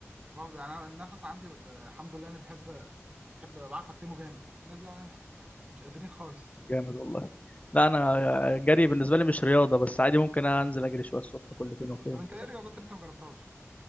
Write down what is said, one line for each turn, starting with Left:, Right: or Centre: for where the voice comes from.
Right: برضه يعني انا النفس عندي ب... ب- الحمد لله انا بحب بحب بعرف اكتمه جامد في ناس بقى مش قادرين خالص
Left: جامد والله لا انا جري بالنسبه لي مش رياضه بس عادي ممكن انزل اجري شويه الصبح كل فين وفين
Right: طب انت
Left: بس
Right: ايه الرياضات اللي انت ما جربتهاش